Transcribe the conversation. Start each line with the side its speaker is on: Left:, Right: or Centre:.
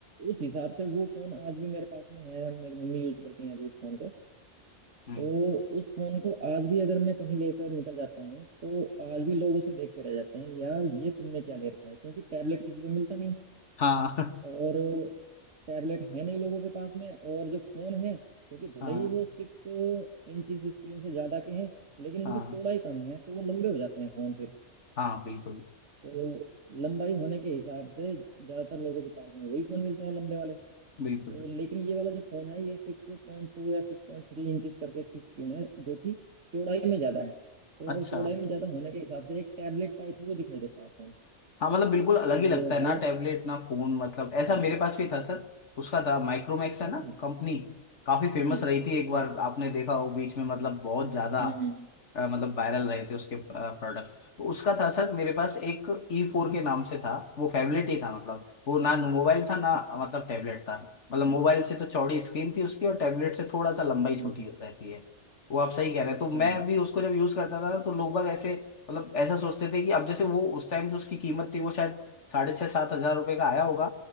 Right: उस हिसाब से वो फोन आज भी मेरे पास में है मेरी मम्मी यूज करती हैं अभी उस फोन को
Left: हम्म
Right: तो उस फोन को आज भी अगर मैं कहीं लेकर निकल जाता हूँ तो आज भी लोग उसे देखते रह जाते हैं यार ये तुमने क्या ले रखा है क्योंकि टैबलेट किसी पे मिलता नहीं
Left: हाँ <laughs>
Right: और टैबलेट है नहीं लोगों के पास में और जो फोन है क्योंकि भले
Left: हाँ
Right: ही वो सिक्स इंच स्क्रीन से ज्यादा के हैं लेकिन उनकी
Left: हाँ
Right: चौड़ाई कम है तो वो लंबे हो जाते हैं फोन फिर
Left: हाँ बिल्कुल
Right: तो लंबाई होने के हिसाब से ज्यादातर लोगों के पास में वही फोन मिलते हैं लंबे वाले
Left: बिल्कुल
Right: तो
Left: बिल्कुल
Right: लेकिन ये वाला जो फोन है ये सिक्स पॉइंट टू या सिक्स पॉइंट थ्री इंचज करके इसकी स्क्रीन है जो कि चौड़ाई में ज्यादा है तो
Left: अच्छा
Right: अब चौड़ाई में ज्यादा होने के हिसाब से एक टैबलेट टाइप वो दिखाई देता है फोन
Left: हाँ मतलब बिल्कुल अलग
Right: तो
Left: ही लगता है ना
Right: हालांकि
Left: टैबलेट ना फोन मतलब ऐसा
Right: हाँ
Left: मेरे पास भी था सर उसका था माइक्रोमैक्स है
Right: अच्छा
Left: ना कंपनी काफी फेमस
Right: हम्म
Left: रही थी एक बार
Right: अच्छा
Left: आपने देखा हो बीच में मतलब बहुत ज्यादा
Right: हम्म हम्म,
Left: अ, मतलब वायरल रहे थे उसके प्रोडक्ट्स तो उसका था सर मेरे पास एक ई फोर के नाम से था वो फेवलेट ही था मतलब वो ना मोबाइल था ना
Right: अच्छा
Left: मतलब टैबलेट था मतलब मोबाइल से तो चौड़ी स्क्रीन थी उसकी और टैबलेट से थोड़ा सा लंबाई
Right: हम्म
Left: छोटी
Right: हम्म,
Left: रहती है वो आप सही कह रहे हैं तो मैं
Right: हाँ हाँ
Left: भी उसको जब यूज करता था तो लोग बाग ऐसे मतलब ऐसा सोचते थे कि अब जैसे वो उस टाइम जो उसकी कीमत थी वो शायद साढ़े छः सात हजार रुपये का आया होगा